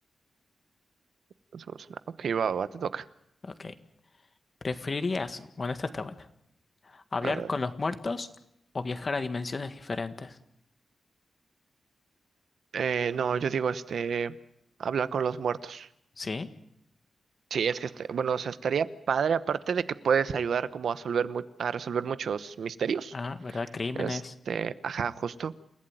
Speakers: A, on the right (about 80°); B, on the left (about 35°).
A: Entonces, no, ok, va, va, te toca.
B: Ok. ¿Preferirías, bueno, esta está buena, hablar
A: A ver.
B: con los muertos o viajar a dimensiones diferentes?
A: Eh, no, yo digo, este, hablar con los muertos.
B: Sí,
A: Sí, es que, este, bueno, o sea, estaría padre, aparte de que puedes ayudar como a resolver, mu- a resolver muchos misterios.
B: ah, ¿verdad? Crímenes
A: Este, ajá, justo.